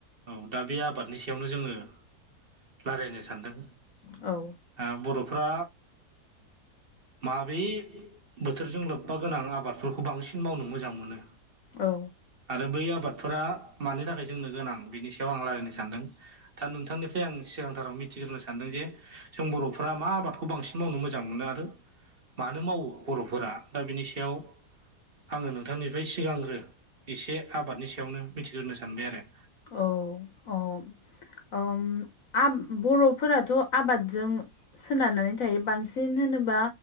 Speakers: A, on the right; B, on the left.
A: औ दा बे आबादनि सायावनो जोङो रायलायनो सानदों।
B: औ।
A: ओ बर'फ्रा माबे बोथोरजों लोब्बा गोनां आबादफोरखौ बांसिन मावनो मोजां मोनो।
B: औ।
A: आरो बै आबादफोरा मानि थाखाय जोंनो गोनां बेनि सायाव आं रायलायनो सानदों दा नोंथांनि फ्राय आं सिगांथाराव मिथिग्रोनो सानदों जे जों बर'फोरा मा आबादखौ बांसिन मावनो मोजां मोनो आरो। मानो मावो बर'फोरा दा बिनि सायाव आङो नोंथांनिफ्राय सिगांग्रो एसे आबादनि सायावनो मिथिग्रोनो सानबाय आरो।
B: औ अ। अम आ बर'फोराथ' आबादजों सोनारनानै थायो बांसिन होनोबा